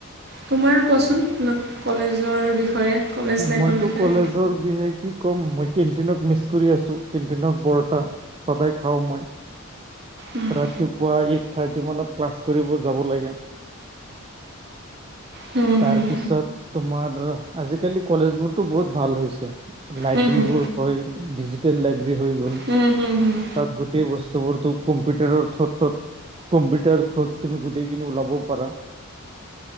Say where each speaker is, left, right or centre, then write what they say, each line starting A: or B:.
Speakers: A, on the right (about 50°); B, on the right (about 25°).
A: তোমাৰ কোৱাচোন ম কলেজৰ বিষয়ে। কলেজ লাইফৰ
B: মইতো
A: বিষয়ে
B: কলেজৰ বিষয়ে কি ক'ম মই কেণ্টিনক মিছ কৰি আছো, কেণ্টিনত পৰটা সদায় খাওঁ মই।
A: উম
B: ৰাতিপুৱা এইট থাৰ্টি মানত ক্লাছ কৰিব যাব লাগে।
A: হুম
B: তাৰ
A: হুম
B: পিছত তোমাৰ ধৰ আজিকালি কলেজ বোৰত‌ বহুত ভাল হৈছে। লাইব্ৰেৰী
A: হুম হুম
B: বোৰ হৈ ডিজিটেল লাইব্ৰেৰী হৈ গ'ল।
A: হুম হুম হুম
B: তাত গোটেই বস্তুবোৰটো‌, কম্পিউটাৰৰ থ্ৰতত কম্পিউটাৰ থ্ৰুত তুমি গোটেইখিনি ওলাবও পাৰা।